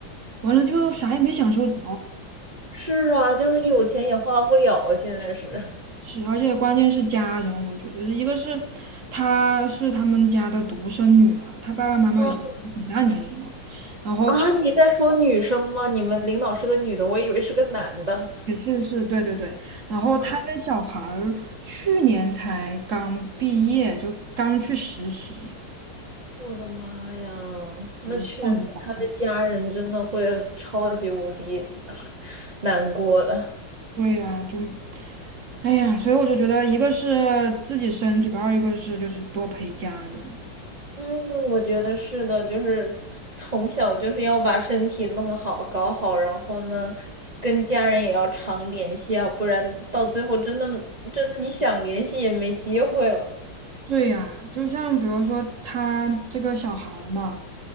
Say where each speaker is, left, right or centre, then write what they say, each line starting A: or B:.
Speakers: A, on the right; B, on the right.
A: 完了就啥也没享受着，
B: 是啊，就是有钱也花不了，现在是。<laughs>
A: 是，而且关键是家人，我觉得一个是她是他们家的独生女嘛，她爸爸妈妈已经都很大年龄了，
B: 嗯
A: 然后她
B: 啊，你在说女生吗？你们领导是个女的，我以为是个男的。
A: 也是是，对对对，然后她的小孩儿去年才刚毕业，
B: 啊，
A: 就刚去实习，
B: <laughs> 我的妈呀，那确实，
A: 属于是上有老下有
B: 他的家人真的会超级无敌 <laughs> 难过的。
A: 对呀、就哎呀，所以我就觉得，一个是自己身体吧，二一个是就是多陪家人。
B: 嗯，我觉得是的，就是从小就是要把身体弄好、搞好，然后呢，跟家人也要常联系啊，不然到最后真的真的你想联系也没机会了。
A: 对呀，就像比如说他这个小孩儿嘛，